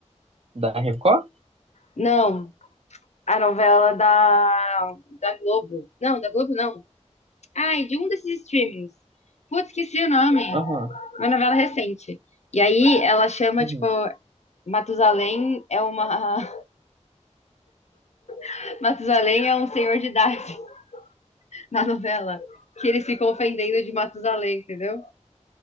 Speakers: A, on the right; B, on the left.
A: da Record?
B: Não, a novela da, da Globo. Não, da Globo não. Ai, de um desses streamings. Putz, esqueci o nome.
A: Aham.
B: Uma novela recente. E aí ela chama,
A: Uhum.
B: tipo, Matusalém é uma, <laughs> Matusalém é um senhor de idade <laughs> na novela, que eles ficam ofendendo de Matusalém, entendeu?